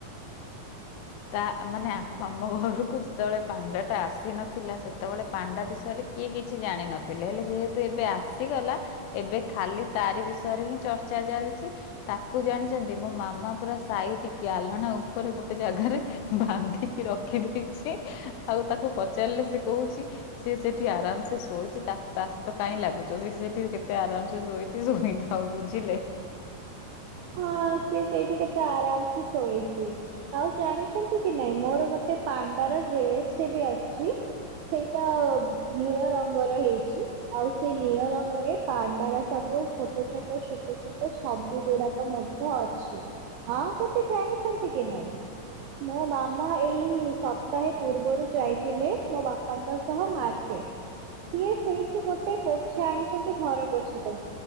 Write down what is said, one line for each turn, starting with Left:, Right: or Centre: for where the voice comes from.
Left: ତା ମାନେ ଆମ ଘରକୁ ଯେତେବେଳେ ପାଣ୍ଡା ଟା ଆସିନଥିଲା ସେତେବେଳେ ପାଣ୍ଡା ବିଷୟରେ କିଏ କିଛି ଜାଣିନଥିଲେ ହେଲେ ଯେହେତୁ ଏବେ ଆସିଗଲା ଏବେ ଖାଲି ତାରି ବିଷୟରେ ହିଁ ଚର୍ଚ୍ଚା ଚାଲିଛି। ତାକୁ ଜାଣିଛନ୍ତି ମୋ ମାମା ପୁରା ସାଇତିକି ଆଲଣା ଉପରେ ଗୋଟେ ଗୋଟେ ଜାଗାରେ ବାନ୍ଧିକି ରଖି ଦେଇଛି ଆଉ ତାକୁ ପଚାରିଲେ ସେ କହୁଛି ସିଏ ସେଠି ଆରାମ ସେ ଶୋଇଛି ତା ତା ସହିତ କାଇଁ ଲାଗୁଛ ସେ ସେଠି କେତେ ଆରାମ୍ସେ ଶୋଇଚି। ସେ ଶୋଇଥାଉ ବୁଝିଲେ।
Right: ହଁ ସିଏ ସେଇଠି କେତେ ଆରାମ ସେ ଶୋଇଛି। ଆଉ ଜାଣିଛନ୍ତି କି ନାଇଁ ମୋର ଗୋଟେ ପାଣ୍ଡାର ଡ୍ରେସ ଟେ ବି ଆସିଛି। ସେଇଟା ନୀଳ ରଙ୍ଗର ହେଇଛି। ଆଉ ସେଇ ନୀଳ ରଙ୍ଗରେ ପାଣ୍ଡାର ସବୁ ଛୋଟ-ଛୋଟ ଛୋଟ-ଛୋଟ ଛବି ଗୁଡାକ ମଧ୍ୟ ଅଛି ଆଉ ଗୋଟେ ଜାଣିଛନ୍ତି କି ନାଇଁ ମୋ ମାମା ଏଇ ସପ୍ତାହେ ପୂର୍ବରୁ ଯାଇଥିଲେ ମୋ ବାପାଙ୍କ ସହ ମାର୍କେଟ। ସିଏ ସେଇଠୁ ଗୋଟେ ପୋଛା ଆଣିଛନ୍ତି ଘର ପୋଛା ପାଇଁ।